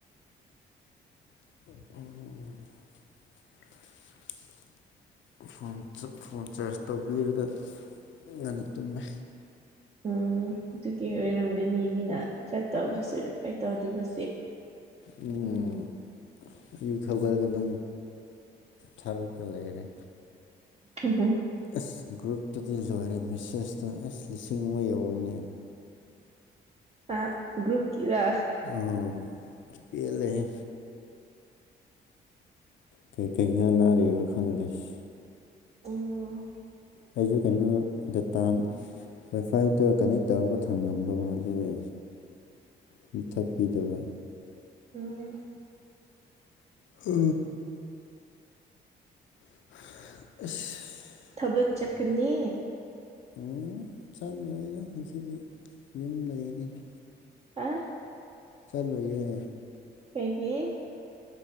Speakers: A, on the left; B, on the right.
A: ꯎꯝ ꯐꯣꯟ ꯐꯣꯟ ꯆꯥꯔꯖ ꯇꯧꯕꯤꯔꯒ ꯉꯟꯅ ꯇꯨꯝꯃꯦ
B: ꯎꯝ ꯑꯗꯨꯒꯤ ꯑꯣꯏꯔꯝꯒꯅꯤ ꯃꯤꯅ ꯆꯠꯇꯧꯕꯁꯨ ꯔꯤꯥꯏ ꯇꯧꯗꯕꯁꯦ
A: ꯎ ꯑꯌꯨꯛ ꯊꯧꯒꯠꯂꯒ ꯅꯪ ꯊꯥꯔꯒ ꯂꯩꯔꯦ
B: <unintelligible>
A: ꯑꯁ ꯒ꯭ꯔꯨꯞꯇꯨꯗꯤ ꯂꯣꯏꯔꯦ ꯃꯦꯁꯦꯖꯇꯣ ꯑꯁ ꯂꯤꯁꯤꯡ ꯑꯃ ꯌꯧꯋꯤꯅꯦ
B: ꯍꯥ ꯒ꯭ꯔꯨꯞ ꯀꯤꯔꯣ
A: ꯎꯝ ꯄꯦꯜꯂꯦꯍꯦ ꯀꯩ ꯀꯩ ꯍꯏ ꯅꯥꯔꯤꯔꯣ ꯈꯪꯗꯣꯏꯁ
B: ꯎꯝ
A: ꯑꯩꯁꯨ ꯀꯩꯅꯣ ꯗ <unintelligible> ꯋꯥꯏꯐꯥꯏꯗ ꯀꯅꯦꯛ ꯇꯧꯔꯒ ꯊꯝꯂꯝꯕꯒꯣ ꯑꯗꯨꯒꯤ ꯃꯨꯊꯠꯄꯤꯗꯕ
B: ꯎꯝ
A: ꯎ ꯑꯁ
B: ꯊꯕꯛ ꯆꯠꯀꯅꯤ
A: ꯎ ꯆꯠꯂꯣꯏꯔꯦ ꯉꯁꯤꯗꯤ ꯌꯨꯝ ꯂꯩꯔꯅꯤꯅ
B: ꯑ
A: ꯆꯠꯂꯣꯏꯌꯦ
B: ꯀꯩꯒꯤ